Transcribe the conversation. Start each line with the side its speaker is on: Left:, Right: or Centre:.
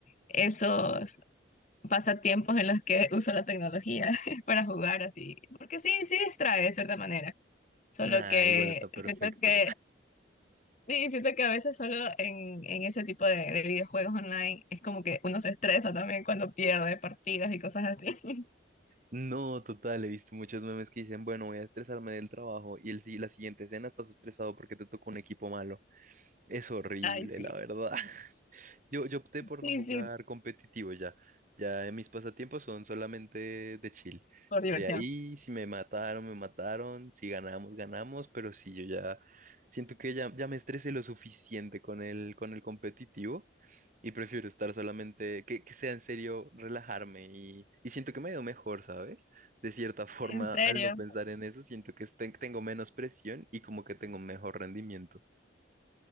Left: esos pasatiempos en los que <laughs> uso la tecnología <laughs> para jugar así, porque sí, sí distrae de cierta manera. Solo
Right: Nah,
Left: que
Right: igual está perfecto.
Left: siento que Sí, siento que a veces solo en, en ese tipo de, de videojuegos online es como que uno se estresa también cuando pierde partidas y cosas así. <laughs>
Right: No, total, he visto muchos memes que dicen, bueno, voy a estresarme del trabajo y el, si- la siguiente escena estás estresado porque te tocó un equipo malo. Es horrible,
Left: Ay, sí.
Right: la verdad. <laughs> Yo, yo opté por
Left: Sí,
Right: no jugar
Left: sí,
Right: competitivo ya. Ya mis pasatiempos son solamente de chill.
Left: por
Right: Estoy
Left: diversión.
Right: ahí, si me mataron, me mataron, si ganamos, ganamos, pero si yo ya siento que ya, ya me estresé lo suficiente con el, con el competitivo y prefiero estar solamente, que, que sea en serio, relajarme y, y siento que me veo mejor, ¿sabes? De cierta <laughs> forma,
Left: En serio.
Right: al no pensar en eso, siento que este- tengo menos presión y como que tengo un mejor rendimiento.